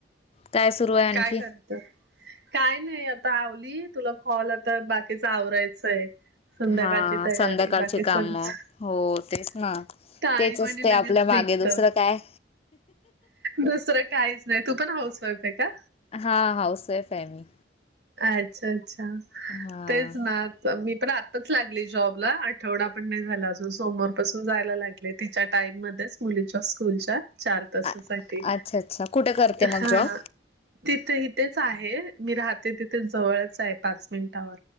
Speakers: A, on the left; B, on the right.
A: काय सुरू आहे आणखी
B: काय करत काय नाही आता आवली तुला कॉल आता बाकीच आवरायचंय संध्याकाळची
A: हां
B: तयारी
A: संध्याकाळचे
B: बाकी सगळंच
A: काम हो तेच ना
B: टाईम
A: तेच असतंय
B: आणि लगेच
A: आपल्या मागे
B: निघत.
A: दुसरं काय?
B: दुसरं काहीच नाही तू पण हाऊस वाईफ आहे का?
A: हां हाऊस वाईफ आहे मी.
B: अच्छा अच्छा
A: हा
B: तेच ना मी पण आताच लागली जॉबला आठवडा पण नाही झाला अजून, सोमवार पासून जायला लागले. ले तिच्या टाइम मध्येच मुलीच्या स्कूलच्या चार तासासाठी
A: अ अच्छा अच्छा कुठे करते मग
B: हां.
A: जॉब?
B: तिथे ही तेच आहे मी राहते तिथेच जवळच आहे पाच मिनिटावर